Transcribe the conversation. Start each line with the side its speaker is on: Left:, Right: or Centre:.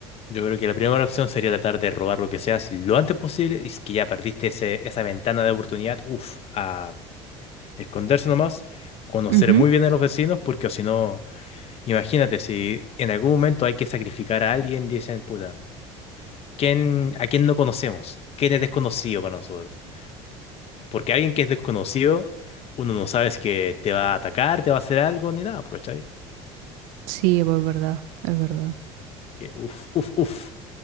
Left: yo creo que la primera opción sería tratar de robar lo que sea si lo antes posible. Y es que ya perdiste ese, esa ventana de oportunidad, uff, a esconderse nomás, conocer
Right: Ujú.
Left: muy bien a los vecinos, porque o si no. Imagínate, si en algún momento hay que sacrificar a alguien, dicen, puta, ¿quién, a quién no conocemos? ¿Quién es desconocido para nosotros? Porque alguien que es desconocido, uno no sabe si que te va a atacar, te va a hacer algo, ni nada, pues, ¿cachai?
Right: Sí, pues es verdad, es verdad.
Left: Que, uf, uf, uf.